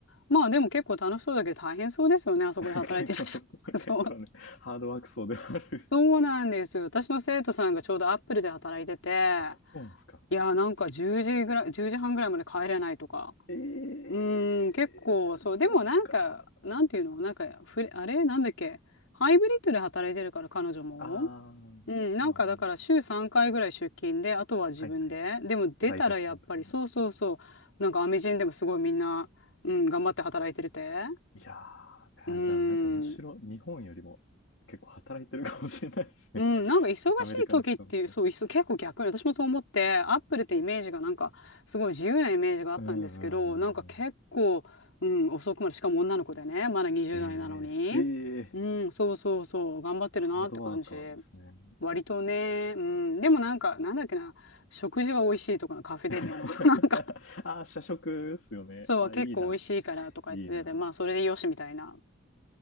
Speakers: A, on the left; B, on the left.
A: まあでも結構楽しそうだけど大変そうですよね。あそこで働いていらっしゃる。
B: <laughs> 結構、結構ね、
A: <laughs> そう。
B: ハードワーク層ではある。
A: そうなんですよ。私の生徒さんがちょうどアップルで働いてて、
B: あ、そうなんですか。
A: いやーなんか10時ぐらい、10時半ぐらいまで帰れないとか。
B: ええー、
A: うーん、結構、そう、
B: そうか。
A: でもなんか、なんていうの、なんか、ふれ、あれ、なんだっけ、ハイブリッドで働いてるから、彼女も。
B: ああ、
A: うん、なんかだから週3回ぐらい出勤で、
B: まあまあ、
A: あとは自分で。
B: はいはい。
A: でも出たらやっぱり、
B: 在宅とか、
A: そうそうそう、なんかアメ人でもすごいみんな、うん、頑張って働いてるって。
B: いやー、いやじゃあなんかむしろ日本よりも結構働いてるかもしれないですね。
A: うーん。うん、
B: <laughs>
A: なんか忙しい時っていう、
B: アメリカの人の人。
A: そう、いそ結構逆に、私もそう思って、アップルってイメージがなんか、すごい自由なイメージがあったんですけど、
B: うんうんうんうん。
A: なんか結構、うん、遅くまで、しかも女の子でね、まだ20代なのに、
B: えええー
A: うん、そうそうそう、頑張ってるなって感じ。
B: ハードワーカーですね。
A: 割とね、うん、でもなんか、なんだっけな、食事は美味しいとかのカフェテリアの、
B: <laughs>
A: <laughs> なんか、
B: あー社食ですよね。
A: そう、
B: あ、
A: 結構美味しいからとか言ってて、
B: いいな、いいな。
A: まあ、それでよしみたいな。